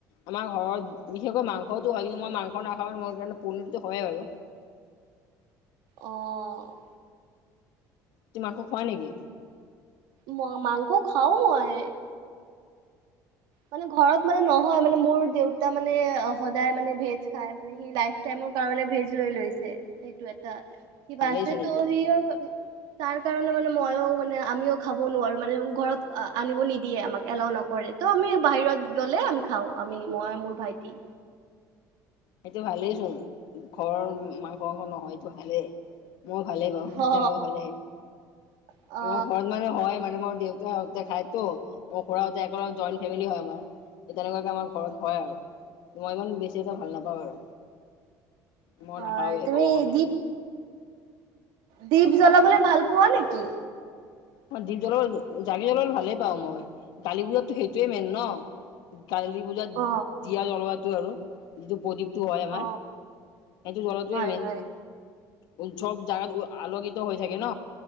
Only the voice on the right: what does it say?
অঁ'।
মই মাংস খাও মই। মানে ঘৰত মানে নহয় মানে মোৰ দেউতা মানে সদায় মানে ভেজ খাই মানে সি লাইফ টাইমৰ কাৰনে ভেজ লৈ লৈছে, সেইটো এটা, কিবা
আছে
ত
সি অ ক তাৰ কাৰণে মানে মইও মানে আমিও খাব নোৱাৰো মানে ঘৰত আ আনিব নিদিয়ে আমাক এলাও নকৰে। ত আমি বাহিৰত গ'লে আমি খাওঁ আমি মই, মোৰ ভাইটি।
অ
অ
হয়
তুমি
দীপ, দীপ জ্বলাবলে ভাল পোৱা নেকি?
অ
অ
হয়
হয়